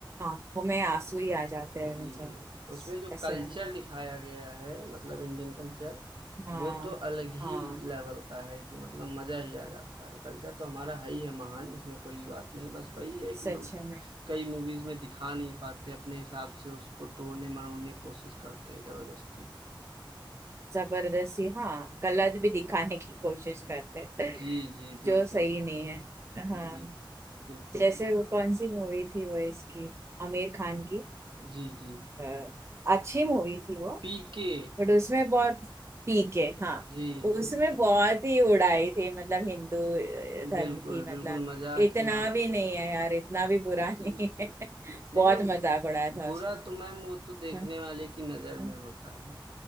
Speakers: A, on the right; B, on the right.
A: आंखों में आंसू ही आ जाते
B: जी
A: हैं मतलब
B: जी उसमें जो
A: ऐसा
B: कल्चर दिखाया गया है मतलब इंडियन कल्चर
A: हाँ
B: वो तो अलग ही
A: हाँ
B: लेवल का है कि मतलब मजा ही आ जाता है कल्चर तो हमारा है ही है महान इसमें कोई बात नहीं बस वही है
A: सच
B: कि लोग
A: में
B: कई मूवीज में दिखा नहीं पाते अपने हिसाब से उसको तोड़ने मरोड़ने की कोशिश करते हैं जबरदस्ती
A: जबरदस्ती हाँ गलत भी दिखाने की कोशिश करते हैं,
B: जी जी बिल्कुल
A: जो सही नहीं है हाँ
B: बिल- बिल्कुल
A: जैसे
B: बिल्कुल
A: वो कौन सी मूवी थी वो इसकी आमिर खान की
B: जी जी
A: अ, अच्छी मूवी थी वो
B: पीके
A: बट उसमें बहुत पीके हाँ
B: जी
A: उसमें
B: जी
A: बहुत ही उड़ाई थी मतलब हिंदू अ, धर्म
B: बिल्कुल
A: की मतलब
B: बिल्कुल मजाक
A: इतना
B: ही बन,
A: भी नहीं है यार इतना भी बुरा
B: जी
A: नहीं
B: जी
A: है <laughs>
B: नहीं
A: बहुत
B: नहीं
A: मजाक उड़ाया था
B: बुरा
A: उसमें
B: तो मैम वो तो देखने
A: हाँ
B: वाले की नजर
A: हाँ
B: में होता है